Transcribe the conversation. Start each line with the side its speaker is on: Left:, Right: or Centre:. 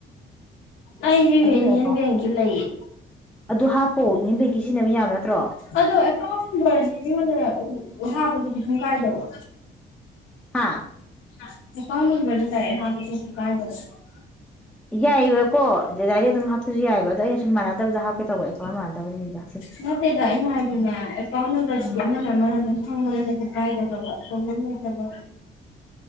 Left: ꯑꯩꯖꯨ
Centre: ꯑꯗꯨꯅ
Left: ꯌꯨꯅꯤꯌꯟ
Centre: ꯑꯦꯀꯥꯎꯟ
Left: ꯕꯦꯛꯀꯤ ꯂꯩꯌꯦ
Centre: ꯑꯗꯨ ꯍꯥꯞꯄꯣꯑꯣ ꯌꯨꯅꯤꯌꯟ ꯕꯦꯛꯒꯤ ꯁꯤꯖꯤꯟꯅꯕ ꯌꯥꯕ ꯅꯠꯇ꯭ꯔꯣ
Left: ꯑꯗꯣ ꯑꯦꯀꯥ꯭ꯎꯟ ꯅꯝꯕꯔꯁꯤ ꯃꯤꯉꯣꯟꯗ ꯍꯞꯕꯗꯨ ꯀꯩꯁꯨꯝ ꯀꯥꯏꯗꯕ꯭ꯔꯣ
Centre: ꯍꯥꯥ
Left: <unintelligible>
Centre: ꯌꯥꯏꯋꯦꯕꯀꯣ ꯗꯥꯗꯥꯏ ꯑꯗꯨꯝ ꯍꯥꯞꯄꯁꯨ ꯌꯥꯏꯕ ꯑꯗꯣ ꯑꯩꯅ ꯁꯨꯝ ꯃꯥꯟꯅꯗꯕꯗ ꯍꯥꯞꯀꯦ ꯇꯧꯕ ꯑꯦꯀꯥꯎ ꯃꯥꯟꯅꯗꯕꯅꯤꯗ
Left: ꯅꯠꯇꯦꯗ ꯑꯩꯅ ꯍꯥꯏꯗꯤꯅꯦ ꯑꯀꯥꯎꯟ ꯅꯝꯕꯔꯁꯤꯗꯤ
Centre: ꯎꯝ
Left: ꯑꯃꯅꯤ <unintelligible> ꯄꯣꯕ꯭ꯂꯦꯝ ꯂꯩꯇꯕ꯭ꯔꯕ